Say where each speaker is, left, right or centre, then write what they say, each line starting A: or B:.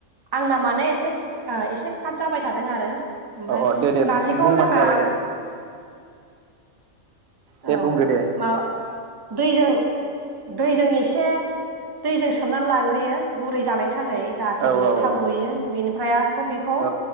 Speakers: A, on the right (about 20°); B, on the right (about 80°).
A: आंना माने एसे ओ एसे काट जाबाय थादों आरो । ओमफाय
B: औ औ दे दे
A: नारजिखौ
B: बुंबानो
A: जोंना
B: जाबाय दे दे
A: औ
B: बुंदो दे
A: माबा दैजों दैजों एसे दैजों सोमनानै लाग्रोयो गुरै जानाय थाखाय जाहाथे
B: औ
A: बेयो
B: औ
A: थाब रुयो बेनिफ्राय आक' बेखौ
B: औ